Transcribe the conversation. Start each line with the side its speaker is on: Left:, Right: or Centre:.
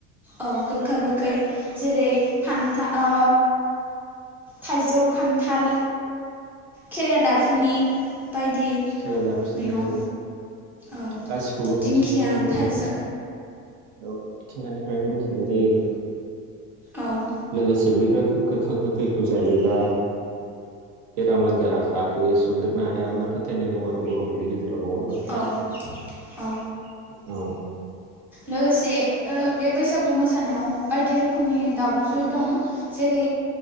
Centre: औ गोखा गोखै
Right: औ।
Centre: जेरै फान्था ओ थाइजौ, खान्थाल खेरादाफिनि बायदि
Right: खेरादाबसनि
Centre: मैगं
Right: औ
Centre: औ
Right: गासिखौबो
Centre: दिंखिया
Right: मिथिंगायाव मोननाय।
Centre: थाइजौ
Right: औ मिथिंगानिफ्रायनो बुथुमनाय जायोआरो
Centre: औ
Right: लोगोसे बे <unintelligible> गोखा गोखैखौ जायोबा बेराम आजारा खारो सनदेरनो हाया होनना फोथायनाय दं आरो बर'फोरनि गेजेराव। नंङा होनबा नोंथां?
Centre: औ औ
Right: <inaudible> औ
Centre: लोगोसे ओ बे बैसागु मोसानायाव बायदि रोखोमनि दामजु दं जेरै